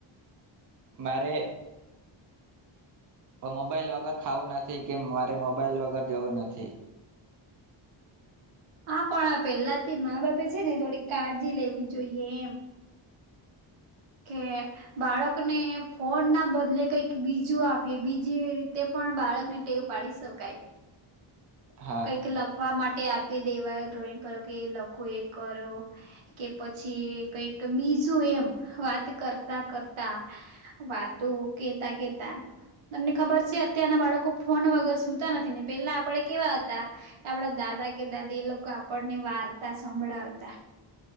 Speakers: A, on the right; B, on the right.
A: મારે. વ મોબાઈલ વગર ખાવું નથી કે મારે મોબાઈલ વગર જવું નથી.
B: હા પણ પેહલાથી મા બાપે છે ને થોડીક કાળજી લેવી જોઈએ એમ. કે બાળકને ફોન ના બદલે કઈક બીજું આપી બીજી રીતે પણ બાળક ને ટેવ પાડી શકાય.
A: હા
B: કંઈક લખવા માટે. તે આપી દેવા ડ્રોઈંગ કરો કે એ લખો એ કરો કે પછી કઈક બીજું એમ વાત કરતા કરતા વાતો કેતા કેતા તમને ખબર છે અત્યારના બાળકો ફોન વગર સુૂતા નથી ને પેલા આપડે કેવા. આપડા દાદા કે દાદી એ લોકો આપણની વાર્તા સંભળાવતા